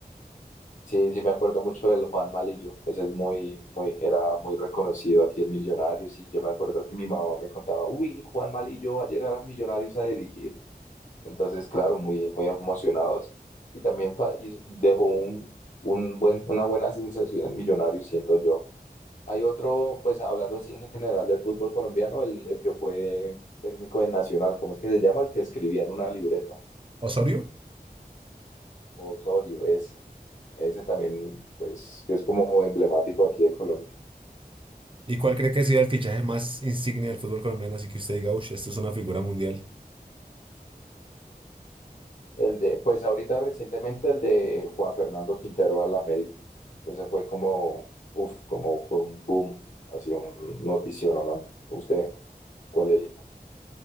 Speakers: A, on the left; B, on the right.
A: sí, sí, me acuerdo mucho del Juan Malillo. Ese es muy, muy, era muy reconocido aquí en Millonarios. Y yo me acuerdo que mi mamá me contaba, uy, Juan Malillo va a llegar a Millonarios a dirigir. Entonces, claro, muy, muy emocionados. Y también pa- y dejó un, un buen, una buena sensación en Millonarios, siento yo. Hay otro, pues hablando así en general del fútbol colombiano, el, el que fue técnico de Nacional, ¿cómo es que se llama? El que escribía en una libreta,
B: Osorio.
A: Osorio, ese. Ese también, pues, que es como emblemático aquí de Colombia.
B: ¿Y cuál cree que ha sido el fichaje más insignia del fútbol colombiano? Así que usted diga, uff, esto es una figura mundial.
A: El de, pues ahorita recientemente el de Juan Fernando Quintero al América. Ese fue como, uff como fue un boom, así un notición, ¿no? ¿Usted cuál elige?